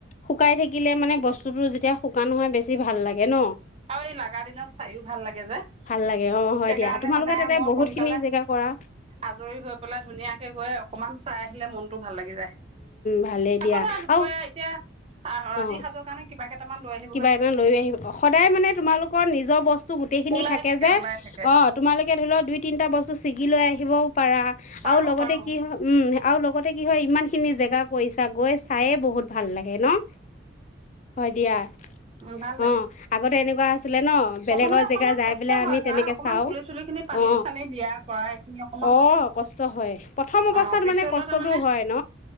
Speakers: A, on the left; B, on the right.
A: শুকাই থাকিলে মানে বস্তু বস্তুটো যেতিয়া শুকান নহয় বেছি ভাল লাগে ন
B: আৰু এই লাগা দিনত চায়ো ভাল লাগে যে
A: ভাল লাগে অঁ হয়
B: সেইকাৰণে
A: দিয়া তোমালোকে
B: মানে
A: তাতে
B: মই
A: বহুতখিনি
B: সোনকালে
A: জেগা কৰা
B: আজৰি হৈ পেলাই ধুনীয়াকৈ গৈ অকণমান চাই আহিলে মনটো ভাল লাগি যায়
A: ভালেই
B: আকৌ
A: দিয়া
B: ধৰা দুপৰীয়া
A: আৰু
B: এতিয়া আহ ৰাতি
A: অঁ
B: সাজৰ কাৰণে কিবা কেইটামান লৈ আহিব
A: কিবা এটা লৈ আহিব সদায় মানে তোমালোকৰ নিজৰ বস্তু গোটেই খিনি
B: ওলাই
A: থাকে যে
B: ওলাই থাকে
A: অ তোমালোকে ধৰি লও দুই তিনিটা বস্তু ছিগি লৈ আহি থিব পা
B: পাৰো
A: আৰু লগতে
B: পাৰো
A: কি হয় উম আৰু লগতে কি হয় ইমান খিনি জেগা কৰিছা গৈ চায়ে বহুত ভাল লাগে ন হয় দিয়া
B: উম ভাল লাগে
A: অ আগতে এনেকুৱা আছিলে ন বেলেগৰ
B: প্ৰথমতে অকনমান
A: জেগা যাই
B: কষ্ট
A: পেলাই
B: হয়
A: আমি
B: ধৰা
A: তেনেকে
B: অকনমান
A: চাও
B: পুলি চুলি খিনি পানী
A: অ
B: চানী দিয়া কৰা এইখিনি অকনমান
A: আহ কষ্ট হয় প্ৰথম অৱস্থাত
B: অ পিছলৈ
A: মানে কষ্টতটো
B: তাৰমানে
A: হয় ন